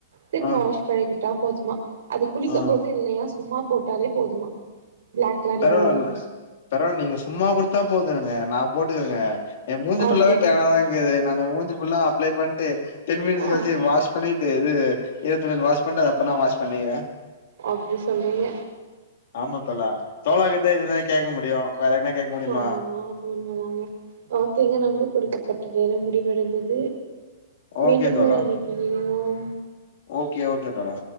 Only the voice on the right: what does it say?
திரும்ப
வாஷ் பண்ணிக்கிட்டா போதுமா அது குளிக்கும்
போது இல்லயா சும்மா போட்டாலே போதுமா பிளாக்லா
ரிமூவ் ஆயிரு
அப்டின்
ஆ
அப்டி சொல்றீங்க
ஆமாமா அது உண்மதாங்க ஓகேங்க நம்மளுக் குடுக்கப்பட் இதுவரை முடிவடைந்தது
மீண்டும்
ஒரு இணைப்பில் இனைவோம்